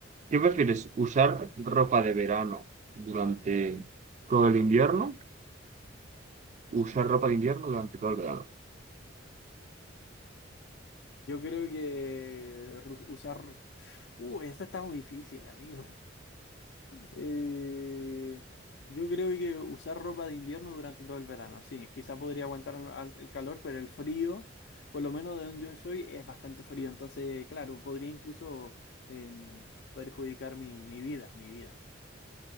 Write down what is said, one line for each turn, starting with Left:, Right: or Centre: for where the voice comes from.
Right: ¿Qué prefieres? ¿Usar ropa de verano durante todo el invierno? ¿Usar ropa de invierno durante todo el verano?
Left: Yo creo que ru- usar... Uh, esta está muy difícil, amigo. Eh, yo creo que usar ropa de invierno durante todo el verano, sí, quizá podría aguantar un alt- el calor, pero el frío, por lo menos de donde yo soy, es bastante frío, entonces, claro, podría incluso em, perjudicar mi, mi vida, mi vida.